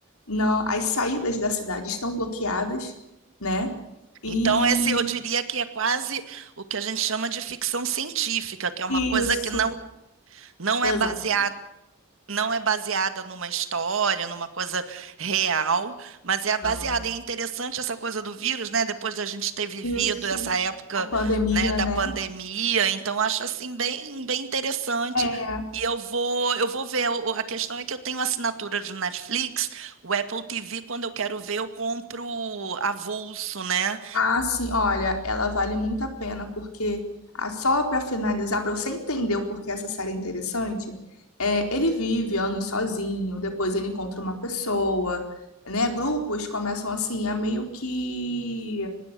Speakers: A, on the left; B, on the right.
A: não, as saídas da cidade estão bloqueadas, né? E
B: Então, esse eu diria que é quase o que a gente chama de ficção científica, que é uma
A: isso.
B: coisa que não, não
A: Exato.
B: é baseada, não é baseada numa história, numa coisa real, mas é baseada.
A: Não.
B: E é interessante essa coisa do vírus, né? Depois da gente ter vivido
A: Isso.
B: essa época,
A: A pandemia,
B: né, da
A: né?
B: pandemia, então acho assim bem, bem interessante.
A: É.
B: E eu vou, eu vou ver. O- A questão é que eu tenho assinatura de Netflix, o Apple TV, quando eu quero ver, eu compro avulso, né?
A: Ah, sim, olha, ela vale muito a pena, porque ah, só para finalizar, para você entender o porquê essa série é interessante, é, ele vive anos sozinho, depois ele encontra uma pessoa, né? Grupos começam assim a meio que